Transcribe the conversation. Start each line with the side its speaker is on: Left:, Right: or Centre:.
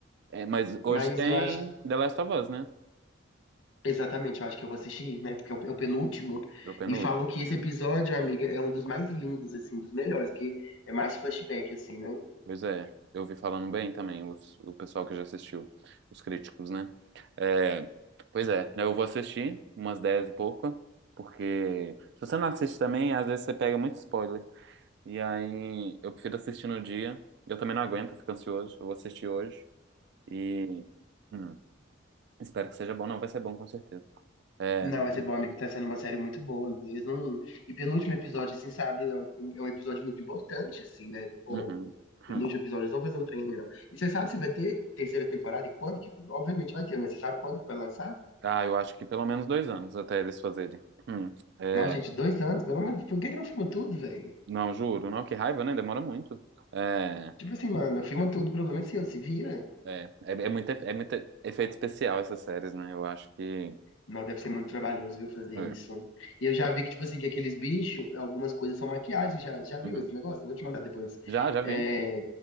Right: É, mas hoje
Left: mas
Right: tem
Left: eu acho,
Right: The Last of Us, né?
Left: exatamente, eu acho que eu vou assistir, né, porque é o, é o penúltimo,
Right: Pro penúltimo.
Left: e falam que esse episódio, amiga, é um dos mais lindos, assim, um dos melhores, que é mais flashback, assim, né?
Right: Pois é, eu ouvi falando bem também, os- o pessoal que já assistiu, os críticos, né? É, pois é, né, eu vou assistir umas 10 e pouco, porque se você não assiste também, às vezes você pega muito spoiler. E aí eu prefiro assistir no dia, eu também não aguento, eu fico ansioso, eu vou assistir hoje e hum, espero que seja bom. Não, vai ser bom com certeza. É,
Left: Não,
Right: não tem
Left: mas é
Right: dúvida.
Left: bom, amigo, tá sendo uma série muito boa, eles não... E penúltimo episódio, assim, sabe, é um é um episódio muito importante, assim, né, Pô,
Right: Uhum. Hum.
Left: nos episódios eles vão fazer um trem ruim, não. E você sabe se vai ter terceira temporada e quando? que- Obviamente vai ter, mas você sabe quando que vai lançar?
Right: Ah, eu acho que pelo menos dois anos até eles fazerem. Hum. É,
Left: Nossa, gente, dois anos, pelo menos, por que que não filma tudo, velho?
Right: não, juro, não, que raiva, né? Demora muito. É.
Left: Tipo assim, mano, filma tudo, o problema é seu, se vira.
Right: É, é, é muito, efe- é muito efeito especial essas séries, né? Eu acho que.
Left: Não, deve ser muito trabalhoso, viu, fazer
Right: é,
Left: isso. E eu já vi que, tipo assim, que aqueles bichos, algumas coisas são maquiagem, já, já viu
Right: uhum.
Left: esse negócio? Eu vou te mandar depois.
Right: Já, já vi.
Left: É,